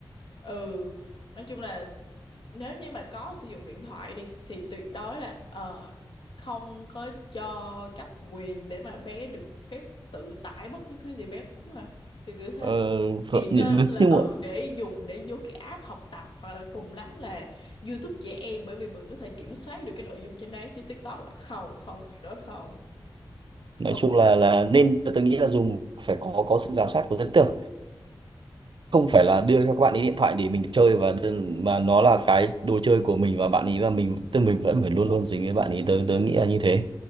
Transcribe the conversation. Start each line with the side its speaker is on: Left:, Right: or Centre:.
Left: ừ nói chung là nếu như mà có sử dụng điện thoại đi thì tuyệt đối là ờ, không có cho cấp quyền để mà bé được phép tự tải bất cứ thứ gì bé muốn à kiểu kiểu thế
Right: ờ,
Left: chỉ
Right: nhưng
Left: nên là
Right: nhưng
Left: ừ
Right: mà
Left: để dùng để vô cái app học tập hoặc là cùng lắm là YouTube trẻ em bởi vì mình có thể kiểm soát được cái nội dung trên đấy chứ TikTok là không không tuyệt đối không
Right: nói
Left: không
Right: chung là là nên tôi nghĩ là dùng phải có có sự giám sát của dân tưởng không phải là đưa cho các bạn ấy điện thoại để mình chơi và đơn mà nó là cái đồ chơi của mình và bạn ấy và mình tức mình vẫn phải luôn luôn dính với bạn ấy tớ tớ nghĩ là như thế